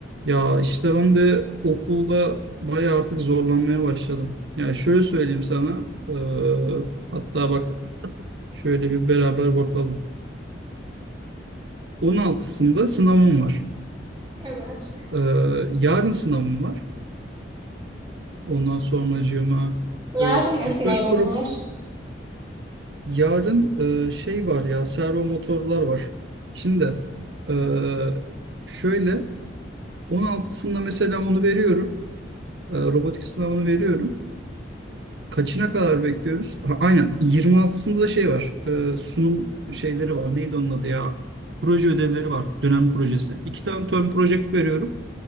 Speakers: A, on the right (about 70°); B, on the right (about 25°).
A: Ya işte ben de okulda bayağı artık zorlanmaya başladım. Yani şöyle söyleyeyim sana. eee, hatta bak şöyle bir beraber bakalım. 16'sında sınavım var.
B: Evet.
A: Eee, yarın sınavım var. Ondan sonracığıma
B: Yarın
A: eee
B: da
A: Research
B: sınavım
A: Prop.
B: var.
A: Yarın eee, şey var ya servo motorlar var. Şimdi eee, şöyle 16'sında mesela onu veriyorum. Eee, robotik sınavını veriyorum. Kaçına kadar bekliyoruz? Ha, aynen yirmi altısında da şey var. Ee, sunum şeyleri var. Neydi onun adı ya? Proje ödevleri var. Dönem projesi. İki tane term project veriyorum.